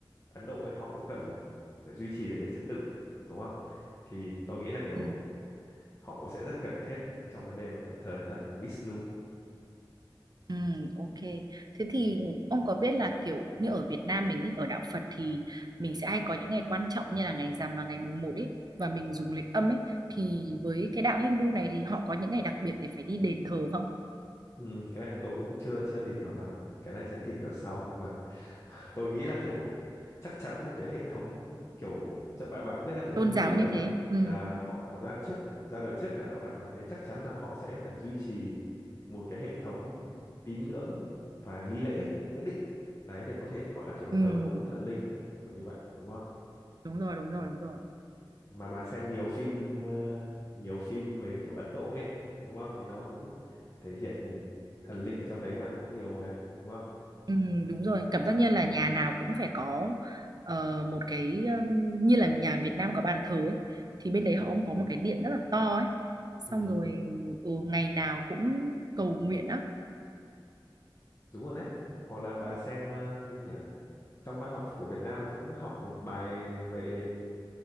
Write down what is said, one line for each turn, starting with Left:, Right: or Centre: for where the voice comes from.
Left: Ấn Độ ấy họ cũng cần phải duy trì được cái trật tự đúng không? Thì tôi nghĩ là kiểu
Right: Ừm,
Left: họ cũng sẽ rất cần thiết trong vấn đề mà phải thờ thần Vishnu.
Right: Ừ, ok. Thế thì ông có biết là kiểu như ở Việt Nam mình ý, ở đạo Phật thì mình sẽ hay có những ngày quan trọng như là ngày rằm và ngày mùng một ấy và mình dùng lịch âm ấy thì với cái đạo Hindu này thì họ có những ngày đặc biệt để phải đi đền thờ không?
Left: Ừ, cái này thì tôi cũng chưa chưa tìm hiểu lắm, cái này sẽ tìm hiểu sau nhưng mà tôi nghĩ là kiểu chắc chắn một cái hệ thống kiểu chắc bạn bạn cũng biết là kiểu
Right: Tôn
Left: Hindu
Right: giáo
Left: là
Right: như thế. Ừ,
Left: là họ có ra trước ra đời trước cả đạo Phật mà nên chắc chắn là họ sẽ phải duy trì một cái hệ thống tín ngưỡng và nghi lễ nhất định đấy để có thể gọi là kiểu
Right: ừ,
Left: thờ cúng thần linh kiểu như vậy đúng không
Right: đúng rồi, đúng rồi, đúng rồi.
Left: mà bà xem nhiều phim ờ, nhiều phim về kiểu Ấn Độ ấy đúng không thì nó cũng thể hiện thần linh ở trong đấy mà cũng nhiều mà đúng không
Right: Ừ, đúng rồi. Cảm giác như là nhà nào cũng phải có ờ, một cái ừm, như là nhà Việt Nam có bàn thờ ấy thì bên đấy họ cũng có một cái điện rất là to ấy. Xong
Left: ừ
Right: rồi ừ, ngày nào cũng cầu nguyện á.
Left: đúng rồi đấy hoặc là bà xem ờ, cái gì nhỉ trong văn học của Việt Nam thì cũng học một bài về